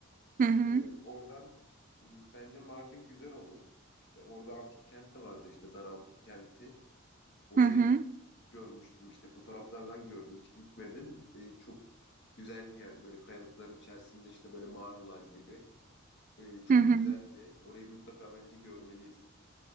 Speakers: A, on the right; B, on the left.
A: hı hı
B: Ee, oradan m, bence Mardin güzel olur. İşte orada antik kent de vardı işte Dar Antik Kenti. Orayı
A: hı hı
B: görmüştüm işte fotoğraflardan gördüm hiç gitmedim. Ee, çok güzel bir yerde böyle kayalıkların içerisinde işte böyle mağaralar gibi. Ee, çok
A: hı
B: güzeldi. Orayı mutlaka bence görmeliyiz.